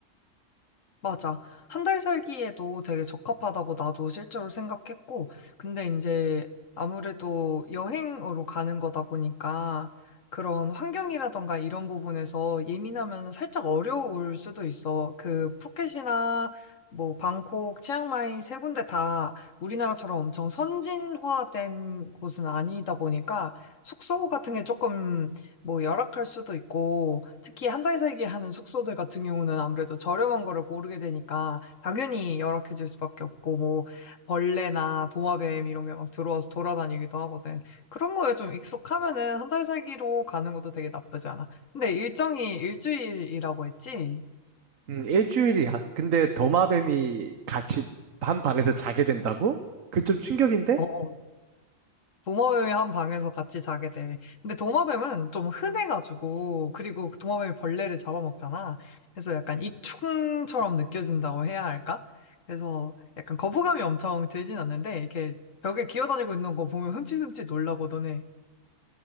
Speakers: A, on the left; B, on the right.
A: 맞아. 한 달 살기에도 되게 적합하다고 나도 실제로 생각했고 근데 이제 아무래도 여행으로 가는 거다 보니까 그런 환경이라든가 이런 부분에서 예민하면 살짝 어려울 수도 있어. 그 푸켓이나 뭐 방콕, 치앙마이 세 군데 다 우리나라처럼 엄청 선진화된 곳은 아니다 보니까 숙소 같은 게 조금... 뭐 열악할 수도 있고 특히 한 달 살기 하는 숙소들 같은 경우는 아무래도 저렴한 거를 고르게 되니까 당연히 열악해질 수밖에 없고 뭐 벌레나 도마뱀 이런 게 막 들어와서 돌아다니기도 하거든. 그런 거에 좀 익숙하면은 한 달 살기로 가는 것도 되게 나쁘지 않아. 근데 일정이 일 주일이라고 했지?
B: 음, 일주일이야. 근데 도마뱀이 같이 한 방에서 자게 된다고? 그 좀 충격인데?
A: 어. 도마뱀이한 방에서 같이 자게 돼. 근데 도마뱀은 좀 흔해가지고, 그리고 그 도마뱀이 벌레를 잡아먹잖아. 그래서 약간 익충처럼 느껴진다고 해야 할까? 그래서 약간 거부감이 엄청 들진 않는데, 이렇게 벽에 기어다니고 있는 거 보면 흠칫흠칫 놀라고 너네